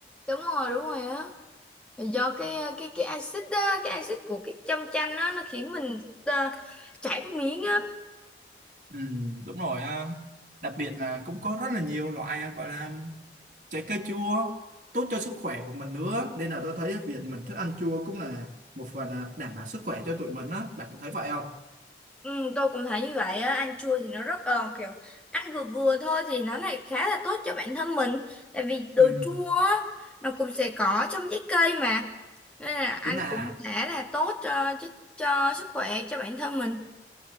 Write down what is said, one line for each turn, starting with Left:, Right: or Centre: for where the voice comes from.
Centre: đúng rồi đúng rồi á Là do cái cái cái axit á, cái axit của cái trong chanh á nó khiến mình ờ, chảy nước miếng á
Right: ừ, đúng rồi á. đặc biệt là cũng có rất là nhiều loại à, gọi là trái cây chua tốt cho sức khỏe của mình nữa nên là tôi thấy việc mình thích ăn chua cũng là một phần à, đảm bảo sức khỏe cho tụi mình á bạn có thấy vậy không
Centre: ừ, tôi cũng thấy như vậy á ăn chua thì nó rất ờ, kiểu ăn vừa vừa thôi thì nó lại khá là tốt cho bản thân mình tại vì đồ
Right: ừ.
Centre: chua á, nó cũng sẽ có trong trái cây mà nên là ăn
Right: Thế là
Centre: cũng khá là tốt cho cho, cho sức khỏe cho bản thân mình